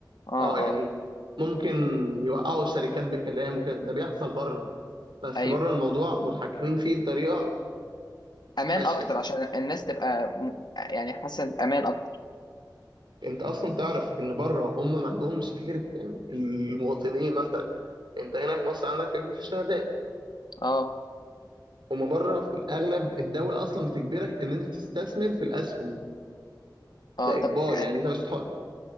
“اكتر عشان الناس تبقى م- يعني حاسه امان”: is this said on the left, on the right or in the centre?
Left